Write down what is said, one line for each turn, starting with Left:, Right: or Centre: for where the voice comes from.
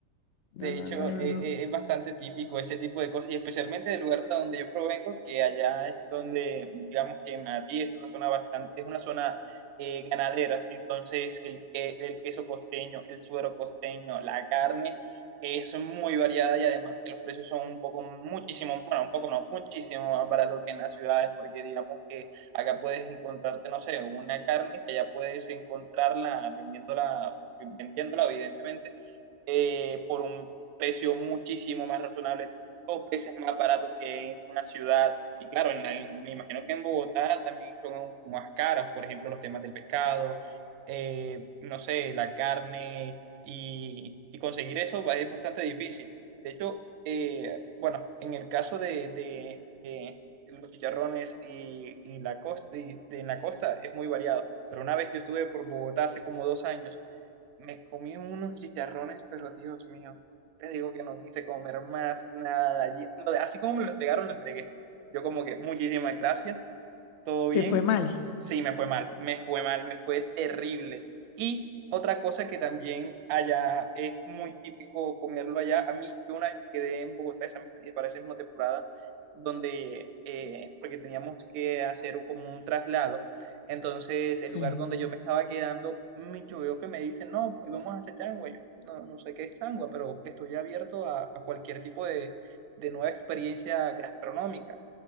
Left: No,
Right: De
Left: no,
Right: hecho,
Left: no, no,
Right: eh,
Left: no.
Right: eh, es bastante típico ese tipo de cosas, y especialmente del lugar de donde yo provengo, que allá es donde, digamos que Manatí es una zona bastante, es una zona eh, ganadera. Entonces, el, que, el queso costeño, el suero costeño, la carne es muy variada y además que los precios son un poco, muchísimo, bueno, un poco no, muchísimo más barato que en las ciudades, porque digamos que acá puedes encontrarte, no sé, una carne que allá puedes encontrarla vendiéndola, vendiéndola, evidentemente eh, por un precio muchísimo más razonable, dos veces más barato que en una ciudad. Y claro, en la- en- me imagino que en Bogotá también son aún más caros, por ejemplo, los temas del pescado, eh, no sé, la carne, y, y conseguir eso va- es bastante difícil. De hecho, eh, bueno, en el caso de, de- de los chicharrones y, y la costa, y de, en la costa es muy variado, pero una vez yo estuve por Bogotá hace como dos años me comí unos chicharrones, pero Dios mío, te digo que no quise comer más nada. Y lo de- Así como me lo entregaron, lo entregué. Yo como que, muchísimas gracias, ¿Todo bien?
Left: Te fue mal.
Right: Sí, me fue mal, me fue mal, me fue terrible. Y otra cosa que también allá es muy típico comerlo allá. A mí, yo una vez me quedé en Bogotá esa misma- para esa misma temporada, donde, eh, porque teníamos que hacer un- como un traslado. Entonces, el
Left: Sí.
Right: lugar donde yo me estaba quedando, mm, yo veo que me dicen, no, hoy vamos a hacer changua. Yo, no, no sé qué es changua, pero estoy abierto a, a cualquier tipo de, de nueva experiencia gastronómica.